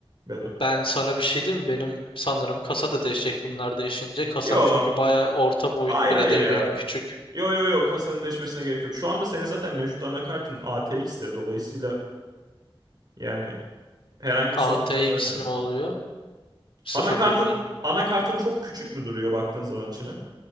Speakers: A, on the right; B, on the left.
A: Bedo.
B: Ben sana bir şey diyeyim mi? Benim sanırım kasa da değişecek bunlar değişince. Kasam
A: Yo
B: çünkü baya orta boyut
A: hayır
B: bile
A: hayır
B: değil
A: ya.
B: yani küçük.
A: Yo yo yo kasanın değişmesine gerek yok. Şu anda senin zaten mevcut anakartın ATX'tir dolayısıyla yani herhangi bir sorun
B: ATX
A: olacağını zannetmiyorum.
B: ne oluyor? Sıfır
A: Anakartın
B: bilgiyim.
A: anakartın çok küçük mü duruyor baktığın zaman içine?